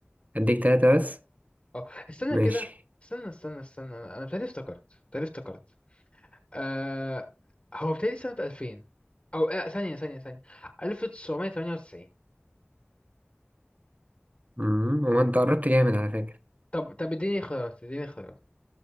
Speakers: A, on the right; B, on the left.
A: اديك تلاتة بس
B: اه استنى
A: ماشي
B: كده استنى استنى استنى انا أنا بتهيألي افتكرت بتهيألي افتكرت آه... هو بتهيألي سنه 2000 او آه... ثانيه ثانيه ثانيه 1998
A: مم. هو انت قربت جامد على فكرة
B: طب طب اديني اختيارات اديني اختيارات